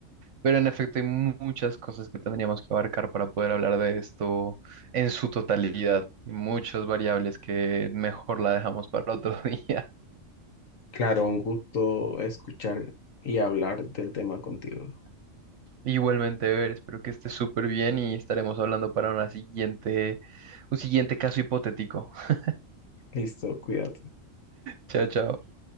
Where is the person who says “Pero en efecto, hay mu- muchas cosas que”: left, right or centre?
Right